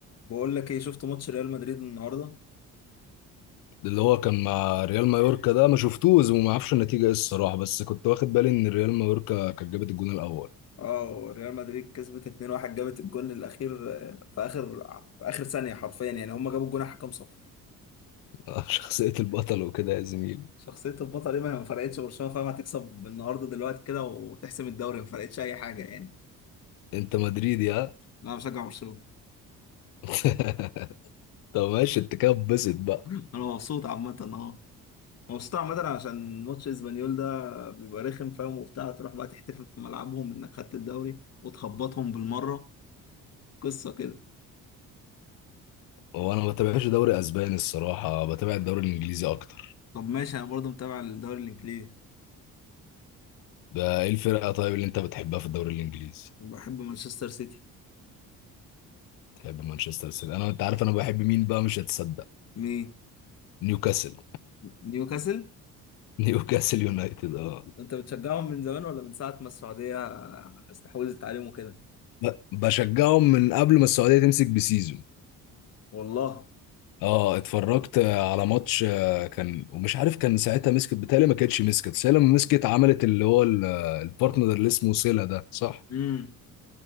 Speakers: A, on the left; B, on the left.
A: بقول لك ايه شفت ماتش ريال مدريد النهارده
B: اللي هو كان مع ريال مايوركا ده ما شفتوش وما اعرفش النتيجه ايه الصراحه بس كنت واخد بالي ان ريال مايوركا كانت جابت الجون الاول
A: اه ريال مدريد كسبت 2-1 جابت الجون الاخير آه، في اخر في اخر ثانيه حرفيا يعني هم جابوا الجون على حكم صفر
B: <laughs> شخصيه البطل وكده يا زميلي
A: شخصيه البطل ايه ما ما فرقتش برشلونه فاهم هتكسب النهارده دلوقتي كده وتحسم الدوري ما فرقتش اي حاجه يعني
B: انت مدريدي ها
A: انا بشجع برشلونه
B: <laughs> طب ماشي انت كده اتبسط بقى
A: <laughs> انا مبسوط عامه اه مبسوط عامه عشان ماتش اسبانيول ده بيبقى رخم فاهم وبتاع تروح بقى تحتفل في ملعبهم انك خدت الدوري وتخبطهم بالمره قصه كده
B: هو انا ما بتابعش دوري اسباني الصراحه بتابع الدوري الانجليزي اكتر
A: طب ماشي انا برضو متابع الدوري الانجليزي
B: ده ايه الفرقه طيب اللي انت بتحبها في الدوري الانجليزي
A: بحب مانشستر سيتي
B: تحب مانشستر سيتي انا انت عارف انا بحب مين بقى مش هتصدق
A: مين
B: نيوكاسل
A: نيوكاسل
B: <laughs> نيوكاسل يونايتد اه
A: انت بتشجعهم من زمان ولا من ساعة ما السعودية استحوذت عليهم وكده
B: ب- بشجعهم من قبل ما السعوديه تمسك بسيزون
A: والله
B: اه اتفرجت على ماتش آه، كان ومش عارف كان ساعتها مسكت بتهيألي ما كانتش مسكت بس هي لما مسكت عملت اللي هو ال- البارتنر اللي اسمه سيلا ده صح
A: امم